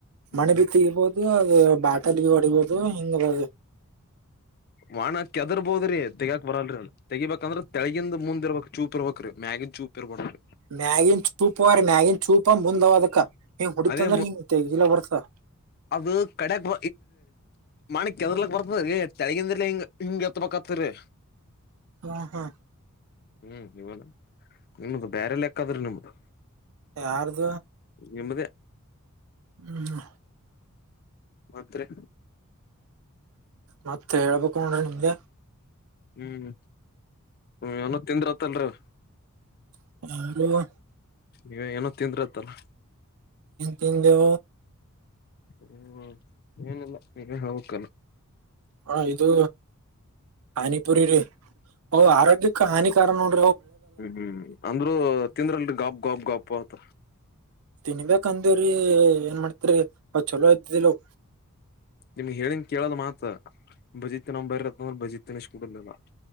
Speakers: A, on the left; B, on the right.
A: ಹ್ಮ್
B: ಮಣ ಬಿ ತಗರ್ಬೋದು ಅದು ಬಾಟಲ್ಲಿಿಗೆ ಹೊಡಿಬೋದು ಹಿಂಗದು
A: ವಾಣ ಕೆದರ್ಬೋದ್ರಿ ತೆಗಯಾಕ್ ಬರಲ್ರಿ ಅದು ತೆಗಿಬೇಕಂದ್ರ ತೆಳಗಿಂದ ಮುಂದ ಇರ್ಬೇಕಕ್ ಚೂಪ್ ಇರ್ಬೇಕೇ್ರೀ ಮ್ಯಾಗಿನ್ ಚೂಪ್ ಇರ್ಬೇ್ರಿ
B: ಮ್ಯಾಗಿನ್ ಚೂಪ ಅವ್ರೀ ಮ್ಯಾಗಿನ್ ಚೂಪ ಮುಂದ ಅದಕ್ಕ ಹಿಂಗ್ ಹೊಡಿತಂದ್ರ
A: ಅದೇ
B: ಹಿಂಗ್ ತೆಗಿಲ ಬರ್ತದ
A: ಅದು ಕಡೆಕ್ ಮಣಿಕ್ ಕೆದಲಕ್ ಬರ್ತದೀ ತಳಗಿಂದ ಹಿಂಗ ಹಿಂಗಗೆ ಹತ್ಬತ್ತರಿ
B: ಹ್ಮ ಹಾ
A: ಹ್ಮ್ ಇವನ ನಿಮ್ದು ಬೇರೆ ಲೆಕ್ಕಾದ್ರೆ ನಿಮ್ದು
B: ಆದು
A: ನಿಮ್ದೇ
B: ಹ
A: ಮಾತ್ರೆ
B: ಮತ್ತೆ ಹೇಳ್ಬೇಕು ನೋಡ್ರಿ ನಿಮ್ದೆ
A: ಹ್ಮ್ ಏನ ತಿಂದ್ರತ್ತಲ್ರಿ
B: ಹ
A: ನೀವ ಏನೋ ತಿಂದ್ರತ್ತಲ್ಲ
B: ತಿಂದು
A: ಹ್ಮ್ ಏನಿಲ್ಲ ನೀವೇ ಹೋಗಕ್ಕಲ್ಲ
B: ಹ ಇದು ಹಾನಿಪುರಿ ರ ಆರೋಗ್ಯಕ್ಕ ಹಾನಿಕಾರನಂಟ
A: ಹ್ಮ್ ಹ್ಮ್ ಅಂದ್ರು ತಿಂದ್ರಲ್ ಗಾಪ್ ಗಾಬ್ ಗಾಪ್ ಅತ
B: ತಿನ್ಬೇಕಂದವ್ರೀ ಏನ್ ಮಾಡ್ತಿರಿ ಅವ್ ಚಲೋ ಇದ್ದಿದ್ದಿಲ್ಲವ
A: ನಿಮ್ಗ್ ಹೇಳನ್ ಕೇಳದ ಮಾತ್ರ ಬಜಿತ್ ನ್ ಬರತ್ತಂದ್ರ ಭಜಿ ಎಷ್ಟ ಕುಟುದಿಲ್ಲ